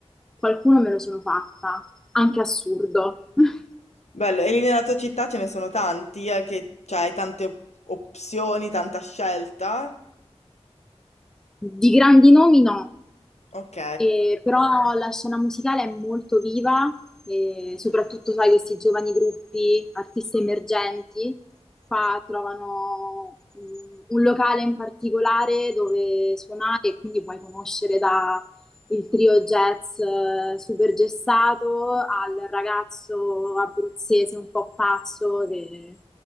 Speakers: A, in the centre; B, on the left.
A: qualcuno me lo sono fatta, anche assurdo. <laughs>
B: Bello, e lì nella tua città ce ne sono tanti, eh, che cioè, hai tante op- opzioni, tanta scelta.
A: Di grandi nomi no,
B: Ok.
A: E però la scena musicale è molto viva, e soprattutto, sai, questi giovani gruppi, artisti emergenti, qua trovano mm, un locale in particolare dove suonare e quindi puoi conoscere da il trio jazz eh, super gessato al ragazzo abruzzese un po' pazzo che